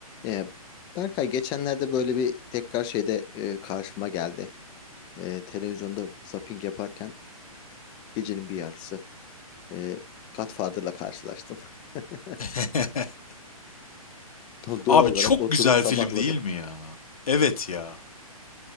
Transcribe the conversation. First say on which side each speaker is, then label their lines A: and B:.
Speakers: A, on the left; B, on the left.
A: Ee, Berkay geçenlerde böyle bir tekrar şeyde e, karşıma geldi. E, televizyonda zapping yaparken gecenin bir yarısı e, Godfather'la karşılaştım. <laughs>
B: <laughs>
A: Doğal
B: Abi
A: olarak
B: çok
A: oturup
B: güzel
A: sabahladım.
B: film değil mi ya? Evet ya.